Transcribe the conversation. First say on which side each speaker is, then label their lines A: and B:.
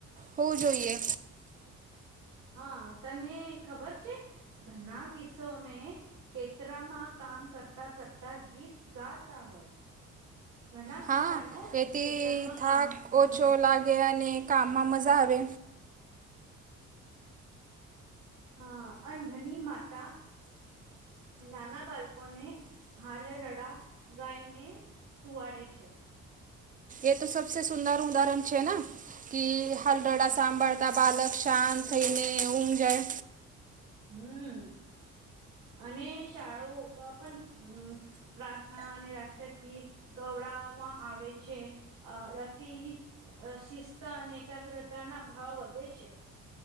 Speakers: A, on the right (about 25°); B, on the right (about 65°).
A: હોવું જોઈએ
B: હા તને ખબર છે ઘના કિસ્સોને ખેતરામાં કામ કરતા કરતા ગીત ગાતા હોય ઘણા
A: હા
B: કિસાનો
A: એથી
B: ખેતરમાં
A: થાક
B: કામ હમ
A: ઓછો લાગે અને કામમાં મજા આવે
B: હા અનઘની માતા નાના બાળકોને હાલ રડા ગાઈને સુવાડે છે.
A: એ તો સબસે સુુંદર ઉદાહરણ છે ને કે હલરડા સાંભર બધા બાલક શાંત થઈને ઊમ જાય
B: હમ અને શાળાઓ ઉપ પણ હમ પ્રાર્થના અને રાષ્ટ્રગીત ગવડવામાં આવે છે અથી અ શિસ્તા અને એકાગ્રતા ના ભાવ વધે છે.